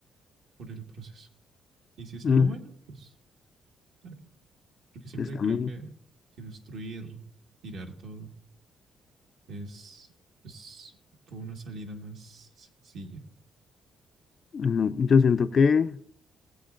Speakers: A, on the right; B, on the left.
A: por el proceso. Y si es
B: Mm,
A: algo bueno, pues, a ver, porque siempre
B: Pues también,
A: creo que, que destruir, tirar todo, Es, es por una salida más sencilla.
B: no, yo siento que